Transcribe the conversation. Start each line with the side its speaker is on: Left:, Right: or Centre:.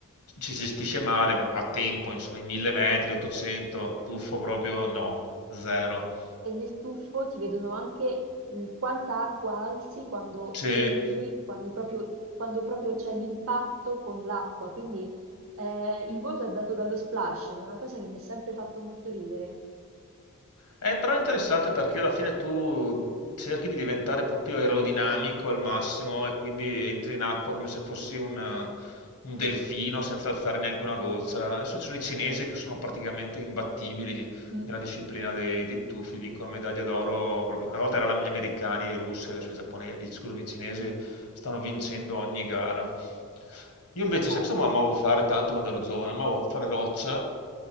Left: ci si gestisce male, ma a tempo, insomma, i 1000 metri, 800, tuffo proprio, no, zero.
Right: E nel tuffo ti vedono anche il quanta acqua alzi quando
Left: C'è-
Right: entri, quando proprio, quando proprio c'è l'impatto con l'acqua. Quindi eh, il voto è dato dallo splash, ed è una cosa che mi ha sempre fatto molto ridere.
Left: eh, però è interessante perché alla fine tu cerchi di diventare proprio aerodinamico al massimo e quindi entri in acqua come se fossi un, un delfino senza alzare neanche una goccia. Adesso ci sono i cinesi che sono praticamente imbattibili
Right: Mm,
Left: nella disciplina dei, dei tuffi, vincono medaglia d'oro. proprio- Una volta erano gli americani e i russi, adesso i giapponesi, scusami, i cinesi stanno vincendo ogni gara. Io invece,
Right: Eh,
Left: sai cosa amavo fare tanto quando ero giovane? Amavo fare roccia